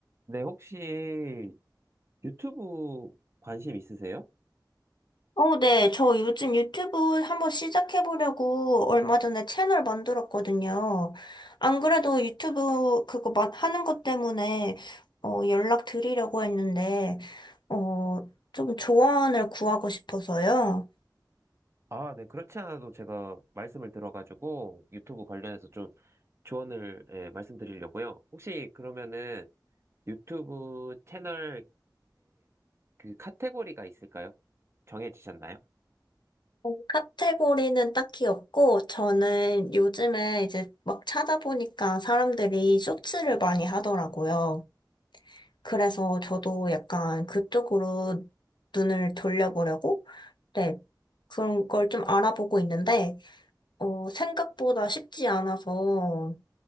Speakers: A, on the right; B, on the left.
A: 네, 혹시 유튜브 관심 있으세요?
B: 어, 네. 저 요즘 유튜브 한번 시작해보려고 얼마 전에 채널 만들었거든요. 안 그래도 유튜브 그거 마- 하는 것 때문에 어, 연락 드리려고 했는데, 어, 좀 조언을 구하고 싶어서요.
A: 아, 네, 그렇지 않아도 제가 말씀을 들어가지고 유튜브 관련해서 좀 조언을 예, 말씀드리려고요. 혹시 그러면은 유튜브 채널에 그 카테고리가 있을까요? 정해지셨나요?
B: 어, 카테고리는 딱히 없고, 저는 요즘에 이제 막 찾아보니까 사람들이 쇼츠를 많이 하더라고요. 그래서 저도 약간 그쪽으로 눈을 돌려보려고 네. 그런 걸 좀 알아보고 있는데, 어, 생각보다 쉽지 않아서